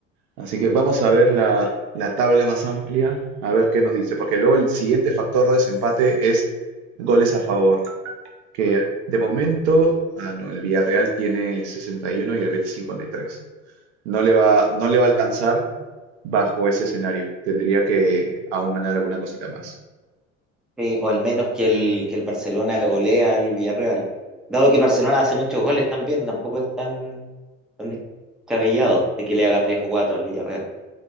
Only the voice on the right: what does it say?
Así que vamos a ver la, la tabla más amplia, a ver qué nos dice, porque luego el siguiente factor de desempate es goles a favor, que de momento, ah, no, el Villarreal tiene 61 y uno y el Betis 53. No le va, no le va a alcanzar bajo ese escenario. Tendría que aún ganar alguna cosita más.